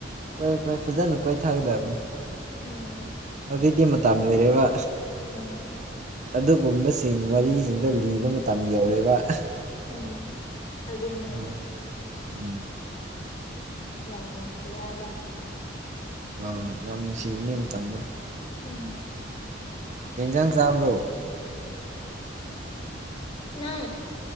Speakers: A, on the right (about 40°); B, on the left (about 35°).
A: ꯀꯣꯏꯌꯨ ꯀꯣꯏꯌꯨ ꯐꯖꯅ ꯀꯣꯏꯊꯥꯒꯗꯕꯅꯤ
B: ꯎꯝ
A: ꯑꯗꯨꯗꯩꯗꯤ ꯃꯇꯝ ꯂꯣꯏꯔꯦꯕ
B: ꯎꯝ
A: ꯑꯗꯨꯒꯨꯝꯕꯁꯤꯡ ꯋꯥꯔꯤꯁꯤꯡꯗꯣ ꯂꯤꯕ ꯃꯇꯝ ꯌꯧꯔꯦꯕ ꯑꯍ
B: ꯎꯝ ꯑꯗꯨꯅꯦ
A: ꯎꯝ ꯎꯝ
B: ꯌꯥꯝ ꯅꯨꯡꯁꯤ ꯍꯥꯏꯕ
A: ꯑꯣ ꯌꯥꯝ ꯅꯨꯡꯁꯤꯕꯅꯦ ꯃꯇꯝꯗꯣ
B: ꯎꯝ
A: ꯀꯩ ꯏꯟꯖꯥꯡ ꯆꯥꯕ꯭ꯔꯣ
B: ꯅꯪ